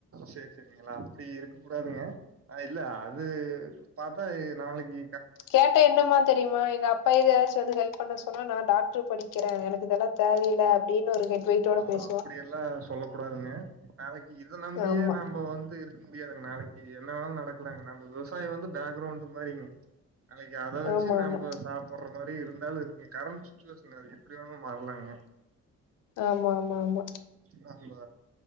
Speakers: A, on the right; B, on the left.
A: சேரி செரிங்களா அப்டி இருக்க கூடாதுங்க ஆ இல்ல அது பாத்தா நாளைக்கி
B: கேட்ட என்னமா தெரியுமா எங்க அப் பா இத எதாச்சு வந்து ஹெல்ப் பண்ண சொன்னா நா டாக்டர் படிக்கிறே எனக்கு இதெல்லா தேவயே இல்ல அப்டின்னு ஒரு <unintelligible>
A: அல்ல
B: பேசுவா
A: அப்டியெல்லா சொல்ல கூடாதுங்க நாளைக்கு இத நம்பியே
B: ஆமா
A: நாம்ப வந்து இரு முடியாதுங்க நாளைக்கு என்ன வேணாலு நடக்கலாங்க நம்ம விவசாயம் வந்து பேக்ரவுண்ட் மாறிங்க நாளைக்கி அத வச்சு
B: ஆமா
A: நம்ம
B: ஆமா
A: சாப் புற்ற மாறி இருந்தாலு இருக்கு கரண்ட் சுச்சுவேஷன்து எப்டி வேணாலு மாறலாங்க
B: ஆமா ஆமா ஆமா
A: நம்ப